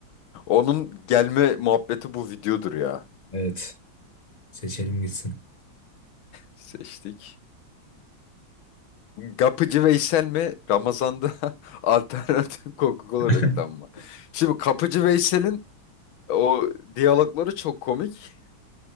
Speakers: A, on the left (about 80°); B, on the left (about 25°).
A: Onun gelme muhabbeti bu videodur ya.
B: Evet. Seçelim gitsin.
A: Seçtik. Kapıcı Veysel mi? Ramazan'da <laughs> alternatif Coca-Cola
B: <laughs>
A: reklamı. mı? Şimdi Kapıcı Veysel'in o diyalogları çok komik.